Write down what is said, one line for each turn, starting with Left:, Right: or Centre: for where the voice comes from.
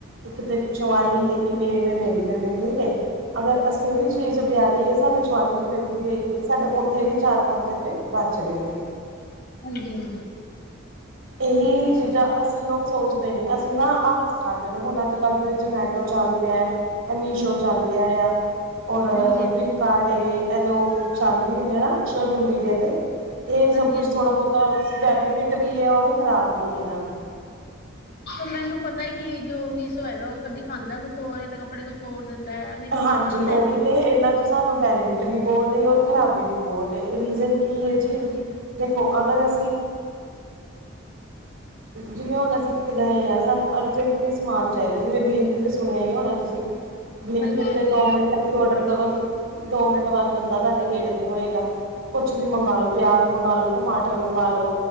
Right: ਇੱਕ ਤੇ ਚੁਵਾਲੀ
Left: ਹਾਂਜੀ ਹਾਂਜੀ ਹਾਂਜੀ
Right: ਏ ਇਵੇਂ-ਇਵੇਂ ਮਿਲ ਜਾਂਦੇ ਨੇ ਠੀਕ ਏ। ਅਗਰ ਅਸੀਂ ਉਹੀ ਚੀਜ ਬਿਆਲੀ ਸਾਨੂੰ ਚੁਵਾਲੀ ਰੁਪਏ ਚ ਮਿਲਦੀ ਹੋਏਗੀ ਤੇ ਸਾਡੇ ਉੱਥੇ ਵੀ ਚਾਰ ਪੰਜ ਰੁਪਏ ਬਚ ਗਏ ਨੇ।
Left: ਹਾਂਜੀ ਹਾਂਜੀ।
Right: ਇਹੀ ਚੀਜ਼ਾਂ, ਅਸੀਂ ਲੋਕ ਸੋਚਦੇ ਨੀ, ਅਸੀਂ ਨਾ ਆਾਲਤ ਖਾ ਜਾਨੇ, ਆ ਨੇ ਹੁਣ ਅੱਜ ਕੱਲ੍ਹ ਦੀਆਂ ਜਨਾ ਜਮਾਟੋ, ਚੱਲ ਪਿਆ ਐਮੀਸ਼ੋ ਚੱਲ ਪਿਆ, ਆ ਔਰ
Left: ਹਾਂਜੀ
Right: ਫਲਿੱਪਕਾਰਡ ਏ ਇਹ ਚੱਲ ਰਹੀ ਏ ਨਾ ਸੋਸ਼ਲ ਮੀਡੀਆ ਤੇ, ਇਹ
Left: ਹਾਂਜੀ
Right: ਸਭ ਕੁਛ
Left: ਹਾਂਜੀ
Right: ਥੋੜਾ ਬਹੁਤਾ ਬੈਨੀਫਿਟ, ਵੀ ਹੈ ਔਰ ਖ਼ਰਾਬ, ਵੀ ਹੈ ਇਹਨਾਂ ਦਾ
Left: ਤੇ ਮੈਨੂੰ ਪਤਾ ਹੈ ਕਿ, ਜੋ ਮਿਸ ਹੋਇਗਾ ਉਹ ਦਿਖਾਂਦਾ ਕੁਛ ਹੋਰ ਹੈ, ਤਾਂ ਕੱਪੜੇ ਕੁਛ ਹੋਰ ਦਿੰਦਾ ਹੈ ਐਵੇਂ ਦਿਖਾਂਦਾ
Right: ਹਾਂਜੀ
Left: ਬਸ
Right: ਉਹੀ
Left: ਐਵੇਂ
Right: ਤੇ
Left: ਹੈ
Right: ਇਹਨਾਂ ਚ ਸਾਨੂੰ ਬੈਨੀਫਿਟ ਵੀ ਬਹੁਤ ਔਰ ਖ਼ਰਾਬੀ ਵੀ ਬਹੁਤ ਰੀਜ਼ਨ ਕੀ
Left: ਹਾਂਜੀ
Right: ਹੈ ਜੀ,
Left: ਹਾਂਜੀ
Right: ਦੇਖਅਗਰ? ਜਿਵੇਂ ਹੁਣ ਅਸੀਂ ਕਿਤੇ ਗਏ ਹਾਂ, ਸਾਨੂੰ ਅਰਜੈਂਟਲੀ ਸਮਾਨ ਚਾਹੀਦਾ ਜਿਵੇਂ, 'ਬਲਿੰਕਟ ਸੁਣਿਆ ਹੀ ਹੋਣਾ ਤੁਸੀਂ? ਬਲਿੰਕਟ,
Left: ਹਾਂਜੀ ਹਾਂਜੀ
Right: ਤੇ ਦੋ ਮਿੰਟ ਲਈ ਔਡਰ ਕਰੋ ਤੇ? ਦੋ ਮਿੰਟ ਬਾਅਦ, ਬੰਦਾ ਤੁਹਾਡੇ ਗੇਟ ਤੇ ਹੋਏਗਾ, ਕੁਛ ਵੀ ਮੰਗਾ ਲੋ ਪਿਆਜ ਮੰਗਾ ਟਮਾਟਰ ਮੰ ਮਗਾ ਲੋ,